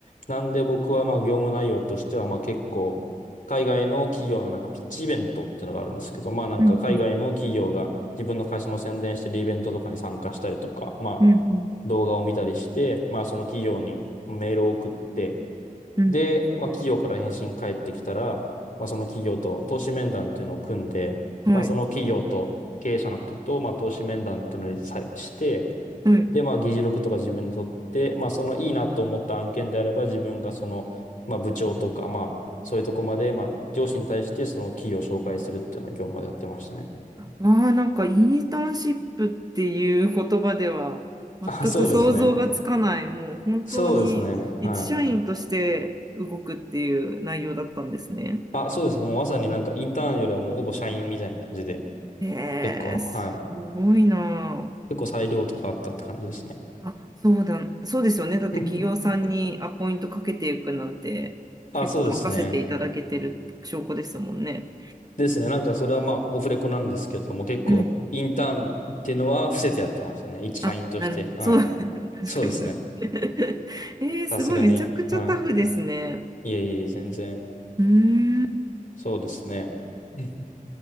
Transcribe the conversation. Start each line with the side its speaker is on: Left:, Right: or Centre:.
Left: なんで僕はまあ業務内容としては、まあ結構、海外の企業のなんかピッチイベントっていうのがあるんですけど、まあなんか海外の企業が自分の会社の宣伝してるイベントとかに参加したりとか、
Right: うん
Left: まあ動画を見たりして、
Right: うん
Left: まあその企業にメールを送って、
Right: うん
Left: で、まあ、企業から返信返ってきたら、まあ、その企業と投資面談っていうのを組んで、
Right: うん。
Left: まあ、
Right: はい。
Left: その企業と経営者の方と、まあ、投資面談っていうのにさして、
Right: はい。
Left: で、まあ、議事録とか自分で取って、まあ、そのいいなと思った案件であれば、自分がその、まあ、部長とか、まあ、そういうとこまで、まあ、上司に対してその企業を紹介するっていうのを業務までやってましたね。
Right: ああ、なんかインターンシップっていう言葉では全くそ想そう、
Left: あ、そうですね。
Right: 像がつかない、もう本当そう、
Left: そうですね。
Right: に一社員として動くっていう内容だったんですね。
Left: はい。あ、そうですね。もうまさになんかインターンよりはもうほぼ社員みたいな感じで、
Right: へ
Left: 結構、
Right: え、
Left: はい。
Right: すごいな
Left: 結構裁量とかあったって感じですね。
Right: あ。あ、そうだ、そうですよね。だって企業さんにアポイントかけていくなんて結構任せていただけてる証拠ですもんね。
Left: <laughs> うんあ、そうですね。ですね。なんかそれはまあオフレコなんですけれども、結構インターンっていうのは伏せてやってましたね。
Right: うん。
Left: 一社員として。
Right: あ、なるほど。
Left: はい。
Right: そう、<laughs> 確かにそう。
Left: そうですね。
Right: <laughs> えー、すごい、
Left: さすがに。
Right: めちゃくちゃタフですね。
Left: はい。いえいえ、全然。
Right: うーん。
Left: そうですね。うん